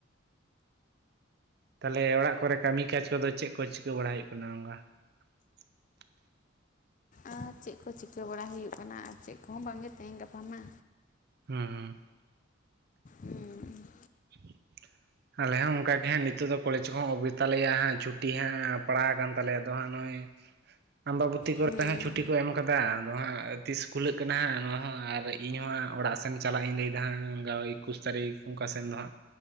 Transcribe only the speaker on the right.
ᱛᱟᱦᱚᱞᱮ ᱚᱲᱟᱜ ᱠᱚᱨᱮ ᱠᱟᱹᱢᱤ ᱠᱟᱡᱽ ᱠᱚᱫᱚ ᱪᱮᱜ ᱠᱚ ᱪᱤᱠᱟᱹ ᱵᱟᱲᱟᱭ ᱦᱩᱭᱩᱜ ᱠᱟᱱᱟ ᱚᱱᱠᱟ <unintelligible>
ᱦᱮᱸ ᱦᱮᱸ
<inaudible> ᱟᱞᱮ ᱦᱚᱸ ᱚᱱᱠᱟᱜ ᱜᱮ ᱦᱟᱸᱜ ᱱᱤᱛᱚᱜ ᱫᱚ ᱠᱚᱞᱮᱡᱽ ᱠᱚᱦᱚᱸ ᱚᱯ ᱜᱮ ᱛᱟᱞᱮᱭᱟ ᱦᱟᱜ ᱾ ᱪᱷᱩᱴᱤ ᱦᱟᱸᱜ ᱯᱟᱲᱟᱣ ᱟᱠᱟᱱ ᱛᱟᱞᱮᱭᱟ ᱦᱟᱸᱜ ᱱᱚᱜᱼᱚᱭ ᱟᱢᱵᱟᱵᱚᱛᱤ ᱠᱚᱨᱮ
ᱪᱷᱩᱴᱤ ᱠᱚ ᱮᱢ ᱠᱟᱫᱟ ᱟᱫᱚ ᱦᱟᱸᱜ ᱛᱤᱥ ᱠᱷᱩᱞᱟᱹᱜ ᱠᱟᱱᱟ ᱦᱟᱸᱜ ᱱᱚᱣᱟ ᱦᱚᱸ ᱾ ᱟᱨ ᱤᱧᱦ ᱦᱚ ᱦᱟᱸᱜ ᱚᱲᱟᱜ ᱥᱮᱱ ᱪᱟᱞᱟᱜ ᱤᱧ ᱞᱟᱹᱭ ᱫᱟ ᱦᱟᱸᱜ ᱜᱟᱣ ᱮᱠᱩᱥ ᱛᱟᱹᱨᱤᱠᱷ ᱚᱱᱠᱟ ᱥᱮᱱ ᱫᱚ ᱦᱟᱸᱜ